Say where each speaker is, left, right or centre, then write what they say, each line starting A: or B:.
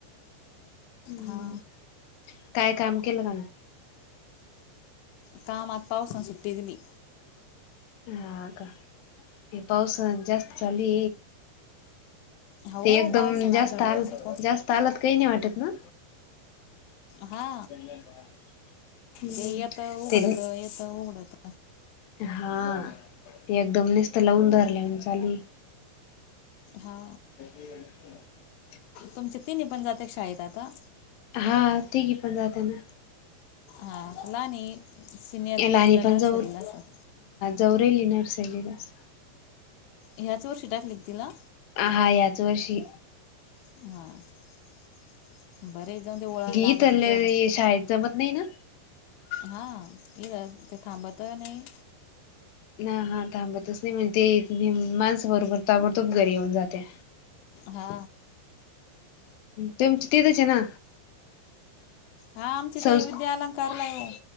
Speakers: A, on the left (about 70°); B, on the left (about 90°).
A: हम्म
B: हा
A: काय काम केलं का नाही
B: काम आता पावसाात सुट्टी दिली
A: ह का पावस जास्त झाचाली
B: हो
A: ते एकदम
B: पावसाना
A: जास्त
B: धडकच
A: आल
B: आहे पण
A: जास्त आलात काही नाही वाटत ना
B: हा
A: <unintelligible> हम्म
B: ते येतं उघडत
A: ते
B: येतं उघडत
A: हा ते एकदम नसत लावून धरले चाली
B: हा
A: ह ह
B: तुमचे तिन् पण जाते शाळेत आता
A: हा ते घी पण जात आहे ना
B: हां ला नाही सिनियर
A: याला
B: के
A: आणि
B: जीला
A: पण
B: नर्सरीला
A: जाऊ
B: सर
A: जवरेली नर्सली दस
B: ह्या चोर शिटाक लिखतीलला
A: आ हा याच वर्षी
B: ह बरेच जाऊन ते ओळण लागत
A: इथले
B: तेवढं
A: शाळेत जमत नाही ना
B: हा ये ते थांबत नाही
A: ह हा थांबतच नाही म्हण ते माणस बरोबर ताबडतोब घरी येऊन जाते
B: हा
A: तेमची तथच ना
B: हा आमचे
A: संस्
B: ते विद्यालांकारलाय